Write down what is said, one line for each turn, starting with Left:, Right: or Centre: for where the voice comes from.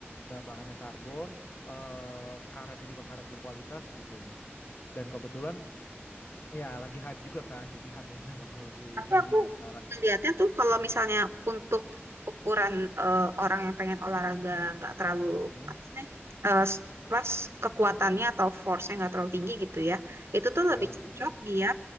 Left: da- bahannya karbon, eh, karetnya juga karet berkualitas gitu. Dan kebetulan ya lagi hype juga kan. Jadi harganya <laughs> memang lagi
Right: Tapi
Left: tinggi
Right: aku
Left: nih sekarang.
Right: ngeliatnya tuh kalau misalnya untuk ukuran eh, orang yang pengen olahraga nggak terlalu
Left: Hmm,
Right: apa sih nih, eh, s- pas kekuatannya atau force-nya nggak terlalu tinggi gitu ya, itu tuh lebih
Left: ya nggak
Right: cocok
Left: terlalu berat.
Right: dia